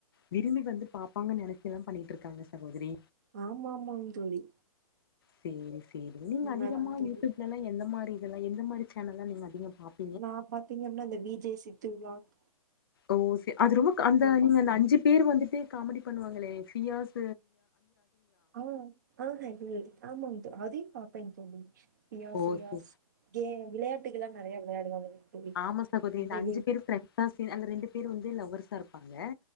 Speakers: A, on the left (about 40°); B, on the right (about 30°).
A: விரும்பி வந்து பாப்பாங்கன்னு நினைச்சு எல்லாம் பண்ணிட்டு இருக்காங்க சகோதரி
B: ஆமா ஆமா தோழி
A: செரி செரி நீங்க
B: உண்மதாங்க
A: அதிகமா
B: தோழி.
A: யூடியூப்ல எந்த மாதிரி இதெல்லாம் எந்த மாதிரி சேனல்லாம் நீங்க அதிகமா பார்ப்பீங்க
B: நான் பாத்தீங்கனா இந்த V J Siddhu vlog
A: okay அது ரொம்ப அந்த
B: பாப்பேங்க.
A: நீங்க அந்த அஞ்சு பேர் வந்துட்டு காமெடி பண்ணுவாங்களே பியாஸ்
B: ஆஹ் ஆஹ்ஹ ஆமாங்க தோ அதையும் பாப்பேங்க தோழி யாஸ்
A: ஓ
B: ரியாஸ்
A: சே
B: கே விளையாட்டுக்க எல்லாம் நிறைய விளையாடுவாங்க தோழி.
A: ஆமா சகோதரி
B: அந்த
A: இந்த அஞ்சு
B: கேம்
A: பேர் அ ரெண்டு பேர் வந்து லவர்ஸா இருப்பாங்க